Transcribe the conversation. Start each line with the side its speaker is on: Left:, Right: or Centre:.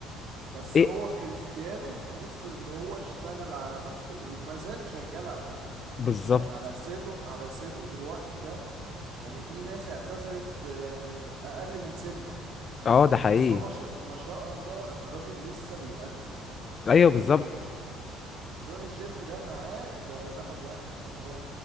Right: بس
Left: ايه
Right: هو كريستيانو تحسه اللي هو اشتغل على نفسه وما زال شغال على نفسه
Left: بالظبط
Right: يعني على سنه على سنه دلوقتي ده يعني في ناس اعتزلت آه، يعني أقل من سنه
Left: اه ده حقيقي
Right: بس هو ما شاء ما شاء الله الراجل لسه بيأدي
Left: ايوه
Right: وموضوع
Left: بالظبط
Right: الجيم ده معاه ده رقم واحد ان هو